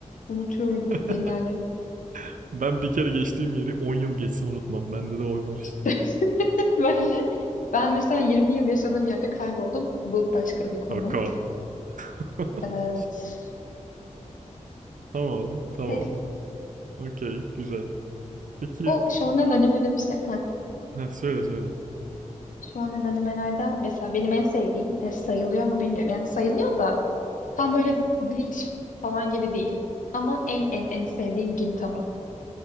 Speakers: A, on the left (about 85°); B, on the right (about 85°).
A: Unutuyorum gittiğim
B: <laughs>
A: yerleri.
B: ben bir kere geçtiğim yeri 10 yıl geçse unutmam. Bende de oy var işte.
A: <laughs> Ben de ben mesela 20 yıl yaşadığım yerde kayboldum. Bu başka bir konu.
B: Şaka. <laughs>
A: Evet.
B: tamam,
A: Şey,
B: tamam. Okey, güzel. Peki,
A: bu shonen anime demişken. Heh.
B: ha, söyle söyle.
A: Shonen animelerden mesela benim en sevdiğim ya sayılıyor mu bilmiyorum. Yani sayılıyor da tam böyle Bleach falan gibi değil. Ama en en en sevdiğim Gintama.